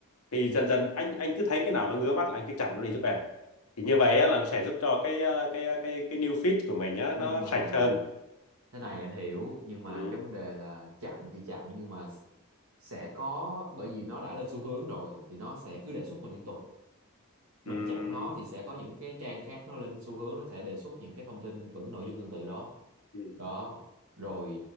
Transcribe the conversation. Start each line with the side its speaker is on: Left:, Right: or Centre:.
Left: thì dần dần anh anh cứ thấy cái nào nó ngứa mắt là anh cứ chặn nó đi giúp em thì như vậy á, là nó sẽ giúp cho cái ờ, cái ờ, cái cái new feed của mình á,
Right: nhưng
Left: nó
Right: mà
Left: sạch hơn
Right: thế này anh hiểu nhưng mà
Left: ừ.
Right: cái vấn đề là chặn thì chặn nhưng mà sẽ có bởi vì nó đã lên xu hướng rồi thì nó sẽ cứ đề xuất mình liên tục
Left: Ừ.
Right: mình chặn nó thì sẽ có những cái trang khác nó lên xu hướng nó sẽ đề xuất những cái thông tin vẫn nội dung tương tự đó
Left: Ừ.
Right: đó rồi